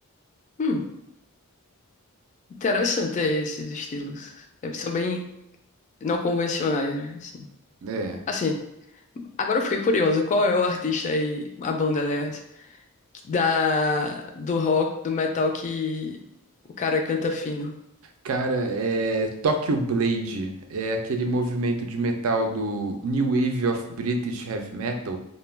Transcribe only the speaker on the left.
Hum. Interessante é, esses estilos. É, São bem não convencionais, né? Assim.
Assim, agora eu fiquei curiosa. Qual é o artista aí, a banda, aliás, da, do rock, do metal que o cara canta fino?